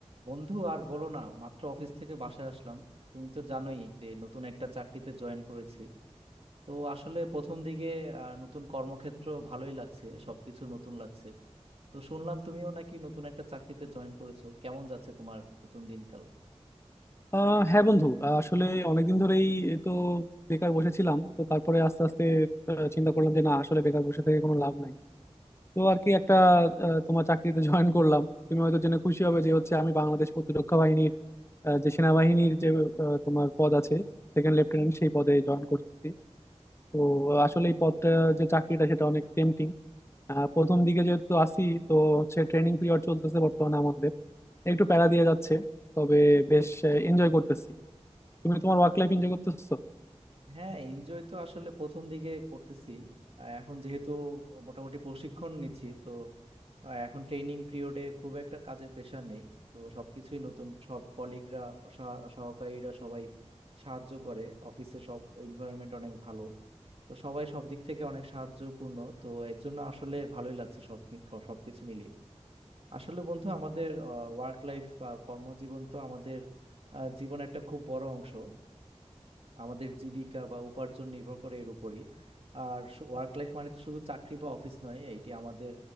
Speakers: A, on the right (about 60°); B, on the left (about 25°).
A: বন্ধু আর বলো না মাত্র অফিস থেকে বাসায় আসলাম তুমি তো জানোই যে নতুন একটা চাকরিতে জয়েন করেছি তো আসলে প্রথম দিকে আহ, নতুন কর্মক্ষেত্র ভালোই লাগছে সবকিছু নতুন লাগছে তো শুনলাম তুমিও নাকি নতুন একটা চাকরিতে জয়েন করেছো কেমন যাচ্ছে তোমার নতুন দিনকাল
B: আহ হ্যাঁ বন্ধু আহ, আসলে অনেকদিন ধরেই এ তো বেকার বসেছিলাম তো তারপরে আস্তে আস্তে আহ, চিন্তা করলাম যে না আসলে বেকার বসে থেকে কোনো লাভ নাই তো আর কি একটা আহ, তোমার চাকরিতে <laughs> জয়েন করলাম তুমি হয়তো জেনে খুশি হবে যে হচ্ছে আমি বাংলাদেশ প্রতিরক্ষা বাহিনীর আহ, যে সেনাবাহিনীর যে আহ, তোমার পদ আছে সেকেন্ড লেফটেন্যান্ট সেই পদে জয়েন করছি তো আহ, আসলে এই পদটা যে চাকরিটা সেটা অনেক টেম্পটিং প্রথম দিকে যেহেতু আসি তো হচ্ছে ট্রেনিং পিরিয়ড চলতেছে বর্তমানে আমাদের একটু প্যারা দিয়ে যাচ্ছে তবে বেশ এনজয় করতেছি তুমি তোমার ওয়ার্ক লাইফ এনজয় করতেছো
A: হ্যাঁ এনজয় তো আসলে প্রথম দিকে করতেছি আহ, এখন যেহেতু মোটামুটি প্রশিক্ষণ নিচ্ছি তো আহ, এখন ট্রেনিং পিরিয়ডে খুব একটা কাজের প্রেশার নেই তো সবকিছুই নতুন সব কলিগরা সহকারীরা সবাই সাহায্য করে অফিসে সব এনভায়রনমেন্ট অনেক ভালো তো সবাই সব দিক থেকে অনেক সাহায্যপূর্ণ তো এর জন্য আসলে ভালোই লাগছে সব মি- সবকিছু মিলিয়ে আসলে বন্ধু আমাদের ওয়ার্ক লাইফ বা কর্মজীবন তো আমাদের আহ, জীবনের একটা খুব বড় অংশ আমাদের জীবিকা বা উপার্জন নির্ভর করে এর উপরই আর ওয়ার্ক লাইফ মানে তো শুধু চাকরি বা অফিস নয় এটি আমাদের